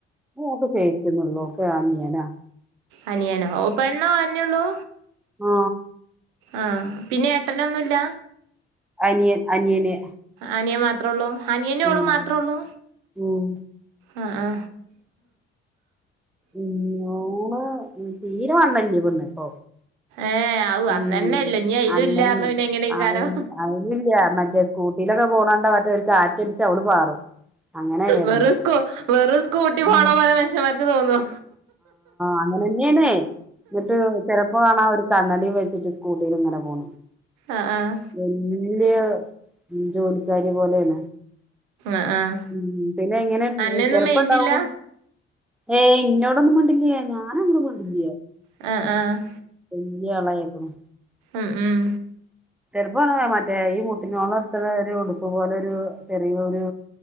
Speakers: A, in the centre; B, on the right.
A: ഓക്ക് ചേച്ചിന്നുമില്ല ഓക്ക് അനിയനാ
B: അനിയനോ ഓ പെണ്ണോ ഓള്ന്നെയള്ളു
A: ആ
B: ആ പിന്നെ ഏട്ടനൊന്നുല്ല
A: അനിയൻ അനിയന്
B: അനിയൻ മാത്രേ ഉള്ളൂ അനിയനും ഓളും
A: ഉം
B: മാത്രമേ ഉള്ളൂ
A: ഉം
B: അ ആ
A: ഉം ഊന്ന് തീരെ വണ്ണല്ലേ പെണ്ണ് ഇപ്പൊ
B: ഏഹ് ഔ അന്നന്നെ
A: ഉംഅന്നന്നെ
B: ഇല്ല ഇനി അയിലും ഇല്ലാരണം പിന്നെ എങ്ങനെക്കാരം
A: അയിൽ അയൽല്ല മറ്റേ സ്കൂട്ടിൽ പോണ് കണ്ട മറ്റൊ കാറ്റടിച്ചാൽ ഓള് പാറും അങ്ങനെ ആയേക്കണ്
B: വെറു സ്കൂ വെറു സ്കൂഊട്ടി പോണ
A: ഉം
B: പോലെ മനുഷ്യന്മാർക്ക് തോന്നോ
A: അങ്ങനെന്നെയണ് ന്നിട്ട് ചെലപ്പോകാണാ ഒരു ത തടി വെച്ചിട്ട് സ്കൂട്ടിൽ ഇങ്ങനെ പോണു
B: ആഹ് ആഹ്
A: വല്യ ഉം ജോലിക്കാരി പോലെയാണ്
B: ആഹ് ആഹ്
A: ഉം പിന്നെ എങ്ങനെ
B: അന്നൊന്നും
A: ചെലപ്പം
B: മൈൻഡില്ല
A: ഇണ്ടാവും ഏ ഇന്നോടൊന്നും മുണ്ടില്ലയേ ഞാനങ്ങണ്ടും മുണ്ടില്ലയേ
B: ആ ആ
A: വല്ല്യ അളയിക്കുന്നു
B: ഉം ഉം
A: ചെലപ്പകാണാമറ്റേ ഈ മൂട്ടിനോളത്ത ഒരു ഉടുപ്പ് പോലെ ഒരു ചെറിയൊരു